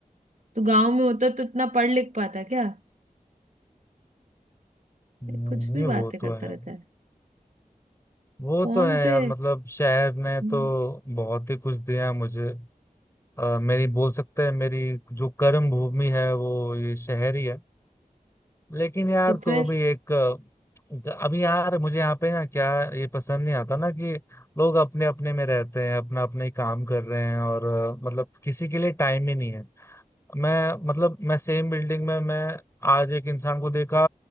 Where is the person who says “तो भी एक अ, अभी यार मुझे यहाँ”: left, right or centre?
Left